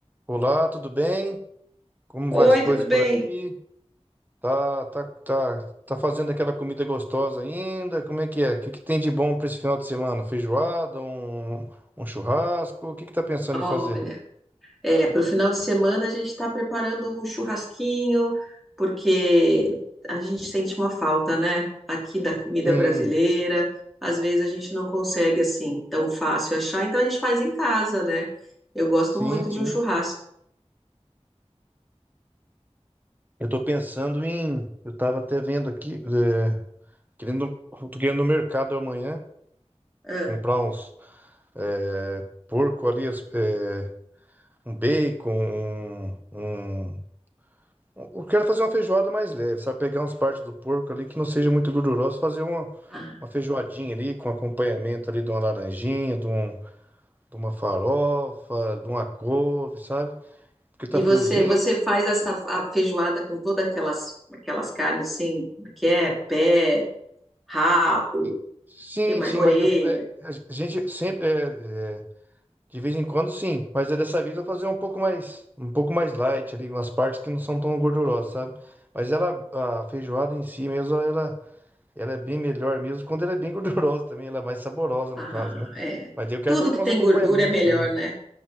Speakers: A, on the right; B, in the centre.
A: Olá, tudo bem? Como
B: Oi,
A: vai as coisas
B: tudo bem?
A: por aí? Tá, tá, tá, tá fazendo aquela comida gostosa ainda? Como é que é? O que que tem de bom para esse final de semana? Feijoada, um, um churrasco? O que que tá pensando
B: Olha,
A: em fazer?
B: é, para o final de semana a gente está preparando um churrasquinho, porque a gente sente uma falta, né? Aqui da comida
A: Sim,
B: brasileira. Às vezes a gente não consegue assim tão fácil achar, então a gente faz em casa, né? Eu gosto
A: sim,
B: muito de
A: sim.
B: um churrasco.
A: Eu tô pensando em, eu tava até vendo aqui, é, querendo, tô querendo no mercado amanhã
B: Ah,
A: comprar uns é, porco ali, as- é, um bacon, um, um Eu quero fazer uma feijoada mais leve, sabe? Pegar umas partes do porco ali que não seja muito gordurosa, fazer uma,
B: ah.
A: uma feijoadinha ali com acompanhamento ali de uma laranjinha, de, um, de uma farofa, de uma couve, sabe? Porque tá
B: E você,
A: friozinho.
B: você faz essa a feijoada com todas aquelas, aquelas carnes assim, como é que é pé, rabo,
A: né? E- Sim,
B: que mais,
A: sim,
B: orelha.
A: mas eu- é, a gente sempre, é, é, de vez em quando sim, mas é dessa vez eu vou fazer um pouco mais, um pouco mais light ali, umas partes que não são tão gordurosas, sabe? Mas ela, a feijoada em si mesmo, ela. Ela é bem melhor mesmo. Quando ela é bem <laughs> gordurosa também, ela é mais saborosa
B: Ah,
A: no caso, né?
B: é.
A: Mas daí eu quero
B: Tudo
A: colocar
B: que
A: uns
B: tem
A: acompanhamentos
B: gordura é melhor,
A: também.
B: né?